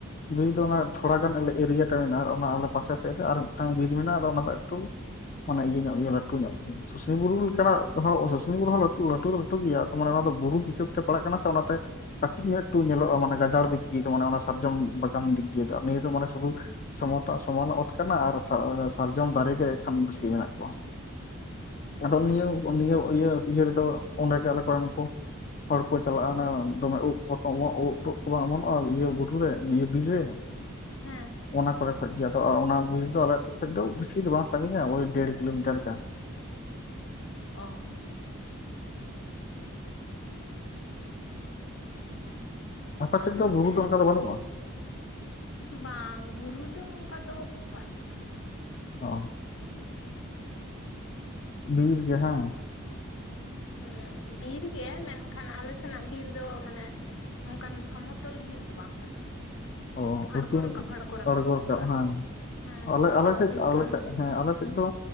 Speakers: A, on the left; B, on the left.
A: ᱵᱤᱨ ᱫᱚ ᱚᱱᱟ ᱛᱷᱚᱲᱟ ᱜᱟᱱ ᱟᱞᱮ ᱮᱨᱤᱭᱟ ᱛᱮ ᱢᱮᱱᱟᱜᱼᱟ ᱚᱱᱟ ᱟᱞᱮ ᱯᱟᱥᱮ ᱥᱮᱫ ᱨᱮ ᱟᱨ ᱢᱤᱴᱟᱝ ᱵᱤᱨ ᱢᱮᱱᱟᱜᱼᱟ ᱟᱫᱚ ᱚᱱᱟ ᱫᱚ ᱮᱠᱴᱩ ᱢᱟᱱᱮ ᱤᱭᱟᱹ ᱧᱚᱜ ᱜᱮᱭᱟ ᱞᱟᱹᱴᱩ ᱧᱚᱜ ᱜᱮᱭᱟ ᱥᱩᱥᱩᱱᱤ ᱵᱩᱨᱩ ᱞᱮᱠᱟᱱᱟᱜ ᱦᱚᱸ ᱥᱩᱥᱱᱤ ᱵᱩᱨᱩ ᱦᱚᱸ ᱞᱟᱹᱴᱩ ᱫᱚ ᱞᱟᱹᱴᱩ ᱜᱮᱭᱟ ᱢᱟᱱᱮ ᱚᱱᱟ ᱫᱚ ᱵᱩᱨᱩ ᱦᱤᱥᱟᱹᱵ ᱛᱮ ᱯᱟᱲᱟᱜ ᱠᱟᱱᱟ ᱥᱮ ᱚᱱᱟᱛᱮ ᱠᱟᱹᱴᱤᱡ ᱧᱚᱜ ᱮᱠᱴᱩ ᱧᱮᱞᱚᱜᱼᱟ ᱢᱟᱱᱮ ᱜᱟᱡᱟᱲ ᱫᱤᱠ ᱫᱤᱭᱮ ᱫᱚ ᱢᱟᱱᱮ ᱚᱱᱟ ᱥᱟᱨᱡᱚᱢ ᱵᱟᱜᱟᱱ ᱫᱤᱠ ᱫᱤᱭᱮ ᱫᱚ ᱟᱨ ᱱᱤᱭᱟᱹ ᱫᱚ ᱢᱟᱱᱮ ᱥᱩᱫᱩ ᱥᱚᱢᱚᱛᱟ ᱥᱚᱢᱟᱱ ᱚᱛ ᱠᱟᱱᱟ ᱟᱨ ᱥᱟᱨᱡᱚᱢ ᱫᱟᱨᱮᱜ ᱜᱮ ᱮᱠᱷᱟᱱ ᱵᱮᱥᱤ ᱢᱮᱱᱟᱜ ᱠᱚᱣᱟ
B: <inaudible>
A: ᱟᱫᱚ ᱱᱤᱭᱟᱹ ᱱᱤᱭᱟᱹ ᱤᱭᱟᱹ ᱤᱭᱟᱹ ᱨᱮᱫᱚ ᱚᱸᱰᱮ ᱜᱮ ᱟᱞᱮ ᱠᱚᱨᱮᱱ ᱠᱚ ᱦᱚᱲ ᱠᱚ ᱪᱟᱞᱟᱜᱼᱟ ᱱᱟᱜ ᱫᱚᱢᱮ ᱩᱫ ᱯᱚᱴᱚᱢᱚᱜ ᱩᱫ ᱴᱩᱫ ᱠᱚ ᱵᱟᱝ ᱚᱢᱚᱱᱚᱜᱼᱟ ᱤᱭᱟᱹ ᱵᱩᱨᱩ ᱨᱮ ᱤᱭᱟᱹ ᱵᱤᱨ ᱨᱮ
B: ᱦᱮᱸ
A: ᱚᱱᱟ ᱠᱚᱨᱮ ᱠᱷᱚᱡ ᱜᱮ ᱟᱫᱚ ᱚᱱᱟ ᱵᱤᱨ ᱫᱚ ᱟᱞᱮ ᱟᱛᱳ ᱠᱷᱚᱡ ᱫᱚ ᱵᱤᱥᱤ ᱫᱚ ᱵᱟᱝ ᱥᱟᱺᱜᱤᱧᱟ ᱳᱭ ᱰᱮᱲ ᱠᱤᱞᱳᱢᱤᱴᱟᱨ ᱞᱮᱠᱟ
B: ᱚ <unintelligible>
A: ᱟᱯᱟᱥᱮᱫ
B: ᱛᱟᱦᱞᱮ
A: ᱫᱚ ᱵᱩᱨᱩ ᱫᱚ ᱚᱱᱠᱟ ᱫᱚ ᱵᱟᱹᱱᱩᱜᱼᱟ
B: ᱵᱟᱝ ᱵᱩᱨᱩ ᱫᱚ ᱚᱱᱠᱟ ᱫᱚ ᱵᱟᱹᱱᱩᱜᱼᱟ‍᱾
A: ᱚ ᱵᱤᱨ ᱜᱮ ᱦᱟᱸᱝ
B: ᱦᱮᱸ ᱵᱤᱨ ᱜᱮ ᱢᱮᱱᱠᱷᱟᱱ ᱟᱞᱮ ᱥᱮᱱᱟᱜ ᱵᱤᱨ ᱫᱚ ᱢᱟᱱᱮ ᱚᱱᱠᱟᱱ ᱥᱚᱢᱚᱛᱚᱞ ᱵᱤᱨ ᱫᱚ ᱵᱟᱝ ᱠᱟᱱᱟ᱾
A: ᱚ
B: ᱟᱬᱜᱚ
A: ᱩᱪᱩ
B: ᱨᱟᱠᱟᱵ ᱟᱬᱜᱚ
A: ᱟᱲᱜᱚ ᱨᱟᱠᱟᱵ
B: ᱚᱱᱠᱟ
A: ᱵᱟᱝ
B: ᱦᱮᱸ
A: ᱟᱞᱮ
B: ᱥᱚᱰᱚᱜ
A: ᱟᱞᱮ ᱥᱮᱫ
B: ᱰᱷᱤᱯᱟᱹᱝ
A: ᱟᱞᱮᱥᱮᱫ ᱦᱮᱸ ᱟᱞᱮᱥᱮᱫ ᱫᱚ